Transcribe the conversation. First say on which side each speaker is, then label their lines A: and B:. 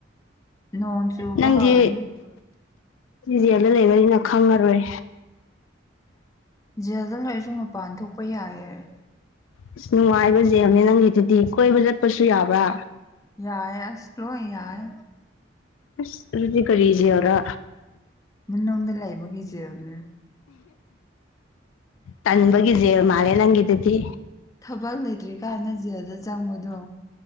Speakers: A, on the left; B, on the left.
A: ꯅꯣꯡ ꯆꯨꯕ
B: ꯅꯪꯗꯤ
A: ꯍꯧꯔꯅꯤ
B: ꯖꯦꯜꯗ ꯂꯩꯕꯅꯤꯅ ꯈꯪꯉꯔꯣꯏ꯫
A: ꯖꯦꯜꯗ ꯂꯩꯔꯁꯨ ꯃꯄꯥꯟ ꯊꯣꯛꯄ ꯌꯥꯏꯑꯦ꯫
B: ꯑꯁ ꯅꯨꯡꯉꯥꯏꯕ ꯖ‌ꯦꯜꯅꯦ ꯅꯪꯒꯤꯗꯨꯗꯤ ꯀꯣꯏꯕ ꯆꯠꯄꯁꯨ ꯌꯥꯕ꯭ꯔꯥ
A: ꯌꯥꯌ‌ꯦ ꯑꯁ ꯂ‌ꯣꯏ ꯌꯥꯏ
B: ꯑꯁ ꯀꯔꯗꯤ ꯀꯔꯤ ꯖ‌ꯦꯜ ꯔꯥ
A: ꯃꯅꯨꯡꯗ ꯂꯩꯕꯒꯤ ꯖꯦꯜ ꯅꯦ
B: ꯇꯟꯕꯒꯤ ꯖ‌ꯦꯜ ꯃꯥꯜꯂꯦ ꯅꯪꯒꯤꯗꯨꯗꯤ
A: ꯊꯕꯛ ꯂꯩꯇ꯭ꯔꯤ ꯀꯥꯟꯗ ꯖꯦꯜꯗ ꯆꯪꯕꯗꯣ